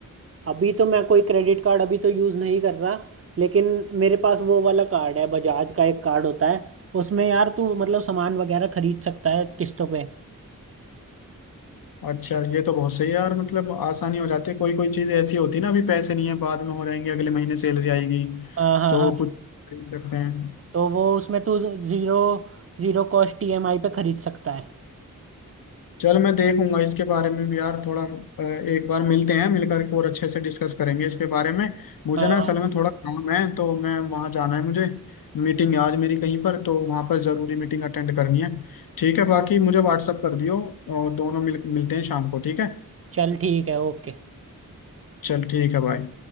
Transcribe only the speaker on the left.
अच्छा ये तो बहुत सही है यार मतलब आसानी हो जाती है कोई कोई चीज ऐसी होती है ना अभी पैसे नहीं है बाद में हो जाएंगे अगले महीने सैलरी आएगी
तो
कुछ खरीद सकते हैं
चल मैं देखूंगा इसके बारे में भी यार थोड़ा अ, एक बार मिलते हैं मिलकर और अच्छे से डिस्कस करेंगे इसके बारे में मुझे
ना
असल में
थोड़ा काम है तो मैं वहाँ जाना है मुझे मीटिंग है आज मेरी कहीं पर तो वहाँ पर जरूरी मीटिंग अटेंड करनी है ठीक है बाकी मुझे व्हाट्सअप कर दियो और दोनों मिल मिलते हैं शाम को ठीक है
चल ठीक है बाय